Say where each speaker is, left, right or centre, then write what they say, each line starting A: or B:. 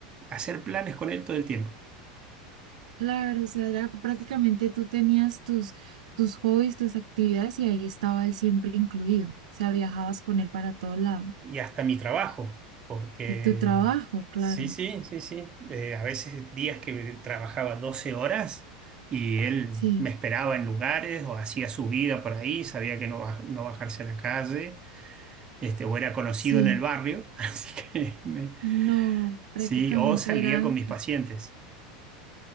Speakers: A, on the right; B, on the right.
A: hacer planes con él todo el tiempo
B: Claro, o sea, era prácticamente tú tenías tus, tus hobbies, tus actividades y ahí estaba él siempre incluido. O sea, viajabas con él para todo lado.
A: y hasta mi trabajo, porque
B: Y tu trabajo, claro.
A: sí, sí, sí, sí, eh, a veces días que trabajaba 12 horas. Y él
B: Sí,
A: me esperaba en lugares o hacía su vida por ahí, sabía que no, baj- no bajarse a la calle este, o era conocido
B: sí.
A: en el barrio, <laughs> así que me-
B: No, prácticamente
A: sí, o salía
B: era.
A: con mis pacientes.